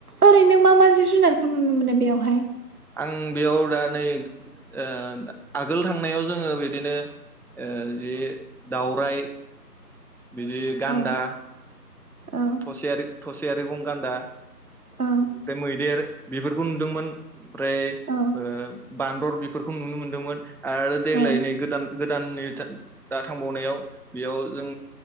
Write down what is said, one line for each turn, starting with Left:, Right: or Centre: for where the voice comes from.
Right: ओरैनो मा-मा जिब जुनारखौ नुनो मोनो बेवहाय
Centre: आं बेयाव दा नै ओ आगोल थांनायाव जोङो बिदिनो ओ जि दावराय बिदि गान्दा
Right: औ औ
Centre: थसे आरो थसे मैगं गान्दा
Right: औ
Centre: बेनिफ्राय मैदेर बेफोरखौ नुदोंमोन ओमफ्राय
Right: औ
Centre: ओ बान्दर बेफोरखौ नुनो मोनदोंमोन। आरो देग्लाय
Right: औ
Centre: नै गोदान गोदाननि था दा थांबावनायाव बेयाव जों